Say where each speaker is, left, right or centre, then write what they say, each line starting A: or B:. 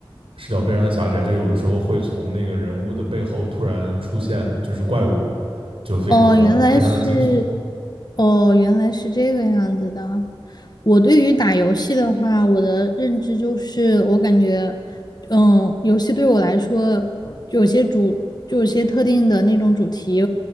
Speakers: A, on the right; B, on the left.
A: 视角非常的狭窄，就有的时候会从那个人物的背后突然出现就是怪物，就非常的非常的惊悚。
B: 哦，原来是，哦，原来是这个样子的。我对于打游戏的话，我的认知就是，我感觉，嗯，游戏对我来说，有些主，就有些特定的那种主题，